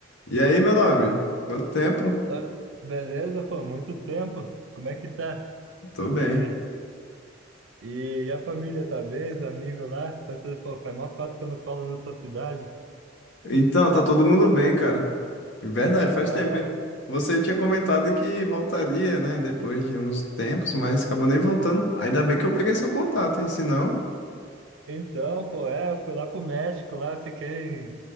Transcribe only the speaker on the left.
E aí, meu nobre? Quanto tempo?
Tô bem.
Então, tá todo mundo bem, cara. Verdade, faz
tempo,
hein? Você tinha comentado que voltaria, né, depois de uns tempos, mas acabou nem voltando. Ainda bem que eu peguei seu contato, hein? Se não.